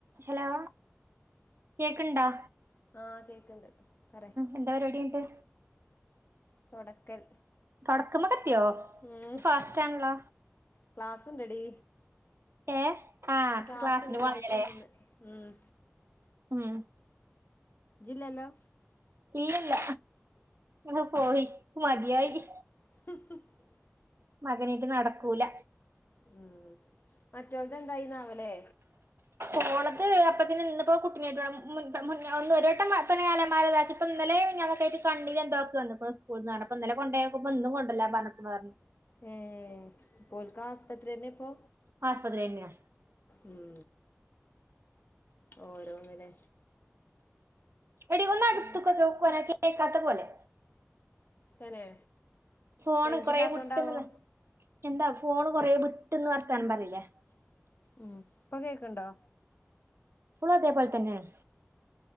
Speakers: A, on the right (about 55°); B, on the left (about 40°).
A: Hello കേക്ക്ണ്ടാ
B: ആഹ് കേക്ണ്ട് പറ
A: എന്താ പരിപാടി ന്ട്ട്.
B: തുടക്കൽ.
A: തൊടക്ക്മ്മക്കെത്തിയോ
B: ഏ
A: ഇജ് ഫാസ്റ്റാണല്ലോ
B: ക്ലാസ്ണ്ടടി.
A: ഏ ആഹ്
B: ക്ലാസ്ണ്ട്
A: ക്ലാസ്സിന് പോണന്നില്ലാല്ലേ
B: ക്ലാസ്ണ്ട് ഇന്ന് ഉം
A: ഉം.
B: ജില്ലല്ലോ
A: ഇല്ലല്ല ഹ് പോയി മതിയായി.
B: <inaudible>
A: മകനേട്ട് നടക്കൂല.
B: ഉം മറ്റോള്ത് എന്തായിന്നാവലേ.
A: ഓളത് അപ്പത്തിന് ഇന്നപ്പോ കുട്ടി നേട്ട് ഒന്ന് ഒരുവട്ടംപ്പന കാലമാരെതാക്കി. ഇപ്പന്നലെ മിഞ്ഞാനൊക്കയിട്ട് കണ്ണിലെന്തോ വന്ന്ക്കുണു സ്കൂളന്ന് അപ്പന്നലെ കൊണ്ടോയ്ക്കുമ്പോ ഇന്ന് കൊണ്ടല്ലാം പറഞ്ഞുക്കുണു പറഞ്.
B: ഏ പോൽക്ക ആസ്പത്രിന്നെ ഇപ്പോ
A: ആ ആസ്പത്രിഅന്നെയാ.
B: ഉം ഓരോന്ലേ.
A: എടി ഒന്നടുത്ക്
B: പിന്നെ
A: ഒരാക്ക് കേൾക്കാത്ത പോലെ.
B: തന്നെ.
A: ഫോണ്
B: റേഞ്ചില്ലാത്തോണ്ടാവോ
A: കൊറ വിട്ടന്ള്ളെ എന്താ ഫോണ് കൊറേവിട്ട്ന്ന് വർത്താനം പറില്ലേ.
B: ഉം ഇപ്പൊ കേക്ക്ണ്ടോ.
A: പ്പളും അതേപോൽതന്നെണ്.